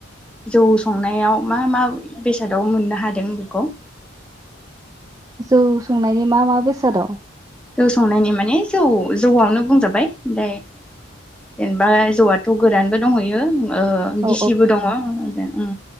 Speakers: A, in the centre; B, on the right.
A: जौ संनायाव मा मा बेसादाव मोननो हादों बेखौ
B: जौ संनायनि मा मा बेसाद दं
A: जौ संनायनि माने जौ जौआवनो बुंजाबाय ओमफ्राय जेनेबा जौआथ' गोरानबो दंहैयो ओ
B: औ
A: गिसिबो दङ उम